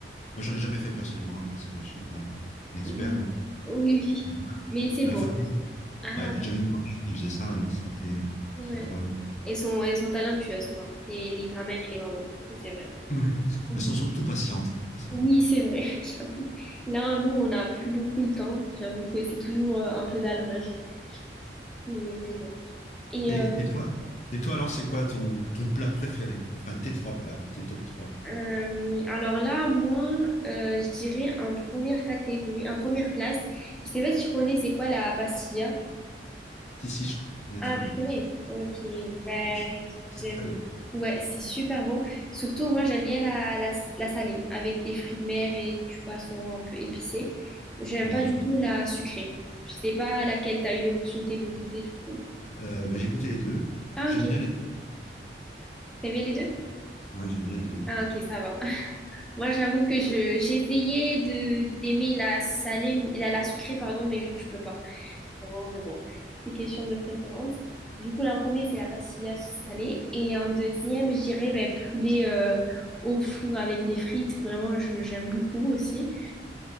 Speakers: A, on the left; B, in the centre.
A: Moi,
B: Oui,
A: j'en ai jamais fait personnellement, hein, parce que je suis pas un expert.
B: oui.
A: hein.
B: oui.
A: Mais
B: Mais c'est
A: La
B: bon.
A: famille,
B: Ah,
A: ouais, j'avais une grand-mère qui faisait ça et c'était euh, à
B: ouais.
A: chaque fois. <laughs>
B: Elles sont, elles sont talentueuses, quoi. Les, les grands-mères et les mamans. Ça, c'est vrai.
A: Ouais.
B: Oui,
A: Elles sont surtout patientes, c'est ça.
B: Oui, c'est vrai, <laughs> j'avoue. Là, nous, on n'a plus beaucoup le temps. J'avoue que c'est toujours euh, un peu dans le rush. Et- mais bon. Et,
A: Et,
B: euh,
A: et toi, et toi alors, c'est quoi ton, ton plat préféré? Enfin, tes trois plats, tes top 3.
B: Euh, alors là, moi, euh, je dirais en première catégorie, en première place. Je sais pas si tu connais, c'est quoi la pastilla?
A: Si, si, je connais
B: Ah,
A: très bien.
B: tu connais? Ok. Ben,
A: C'est c'est vrai que c'est
B: j'aime.
A: très bon.
B: Ouais, c'est super bon. Surtout, moi, j'aime bien la, la, la salée avec des fruits de mer et du poisson un peu épicé. J'aime pas
A: D'accord.
B: du tout la sucrée. Je sais pas laquelle t'as eu l'opportunité de goûter, du coup.
A: Euh, bah, j'écoutais les deux.
B: Ah,
A: J'aime
B: ok.
A: bien les
B: T'aimes bien les deux?
A: deux. Ouais, j'aime bien les deux. moi,
B: Ah,
A: je-
B: ok, ça va. Moi, j'avoue que je j'ai essayé de d'aimer la salée, la, la sucrée, pardon, mais je, je peux pas. Vraiment, mais bon, c'est question de préférence. Du coup, là, en premier, c'est la pastilla salée. Et en deuxième, je dirais ben, poulet euh, au four avec des frites. Vraiment, je, j'aime beaucoup aussi.